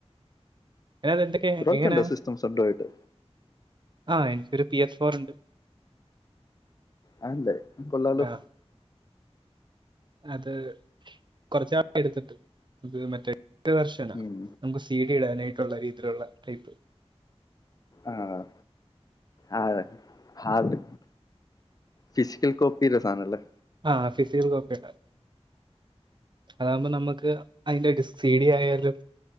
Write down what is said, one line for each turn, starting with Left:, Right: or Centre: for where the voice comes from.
Right: വേറെ എന്തൊക്കെയ
Left: ബ്രോയ്ക്കുണ്ടോ
Right: എങ്ങനാ?
Left: സിസ്റ്റം സ്വന്തമായിട്ട്
Right: ആഹ് എനിക്കൊരു പി എഫ് ഫോർ ണ്ട്.
Left: അഹല്ലേ കൊള്ളാല്ലോ.
Right: ആ അത് കൊറച്ചാ എടുത്തിട്ട് ഇത് മറ്റേ വർശന
Left: ഉം
Right: നമുക്ക് സീ ഡി ഇടാനായിട്ടുള്ള <unintelligible> ടൈപ്പ്.
Left: ആഹ് ആഹ് അതെ ഹാർഡ് ഫിസിക്കൽ കോപ്പി സാണല്ലേ?
Right: ആഹ് ഫിസിക്കൽ കോപ്പിട്ടാ അതാകുമ്പോ നമ്മക്ക് അയിൻ്റെ ടിസ് സി ഡി ആയാലും.